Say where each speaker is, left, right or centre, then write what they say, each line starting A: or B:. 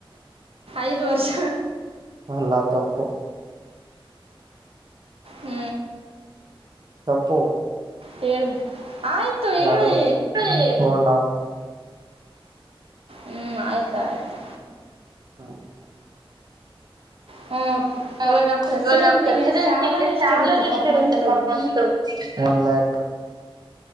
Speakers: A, on the right (about 80°); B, on the right (about 45°).
A: ಐದು ವರ್ಷ
B: ಅಲ್ಲಾ ತಪ್ಪು
A: ಹ್ಮ್
B: ತಪ್ಪು
A: ಹೇಳಿ ಆಯ್ತು ಹೇಳಿ
B: ಎರಡು ಒನ್ ಆಫ್
A: ಹ್ಮ್ ಆಯ್ತ ಆಯ್ತು
B: ಹೌ
A: ಹ
B: ಹ
A: ಇವಾಗ ಪ್ರೆಸಿಡೆಂಟಿಗೆ
B: ಇವಾಗ ಪ್ರೆಸಿಡೆಂಟಗೆ
A: ಸ್ಯಾಲರಿ ಎಷ್ಟಿರುತ್ತೆ
B: ಸ್ಯಾಲರಿ ಎಷ್ಟ
A: ಪರ್
B: ಇರುತ್ತೆ
A: month
B: per month one lakh